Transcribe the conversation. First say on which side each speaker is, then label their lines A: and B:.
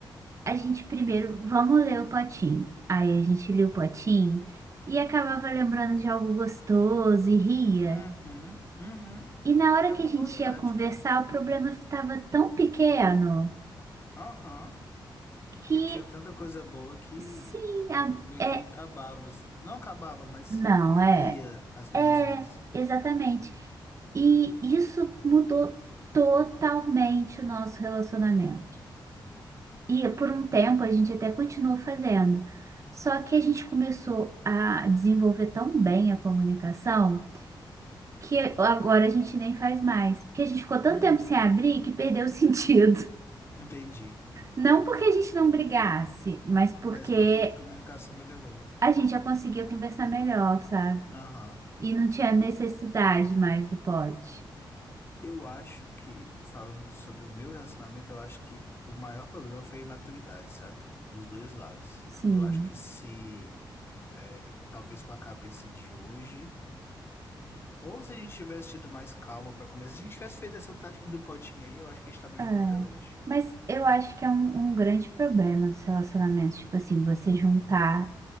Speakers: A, on the right; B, on the left.
A: a gente primeiro, vamos ler o potinho. Aí a gente lia o potinho e acabava lembrando de algo gostoso e ria.
B: Uhum. Uhum.
A: E na hora
B: É uma
A: que a
B: boa
A: gente
B: tática.
A: ia conversar, o problema estava tão pequeno
B: Aham. Porque
A: que,
B: tinha tanta coisa boa que
A: sim, a-
B: meio
A: é.
B: que acabava, assim. Não acabava, mas
A: Não,
B: diminuía
A: é.
B: as coisas
A: É,
B: ruins.
A: exatamente. E isso mudou totalmente o nosso relacionamento. E por um tempo a gente até continuou fazendo. Só que a gente começou a desenvolver tão bem a comunicação que agora a gente nem faz mais. Porque a gente ficou tanto
B: Uhum,
A: tempo sem abrir que perdeu o <laughs> sentido.
B: entendi.
A: Não porque a gente não brigasse, mas porque
B: Mas porque comunicação melhorou.
A: a gente já conseguia conversar melhor, sabe?
B: Aham.
A: E não tinha necessidade mais do pote.
B: Eu acho que, falando sobre o meu relacionamento, eu acho que o maior problema foi a imaturidade, sabe? Dos dois lados.
A: Sim.
B: Eu acho que se, é, talvez com a cabeça de hoje, ou se a gente tivesse tido mais calma pra conversar, se a gente tivesse feito essa tática do potinho aí, eu acho que a gente tava
A: É.
B: junto até hoje.
A: Mas eu acho que é um, um grande problema dos relacionamentos, tipo assim, você juntar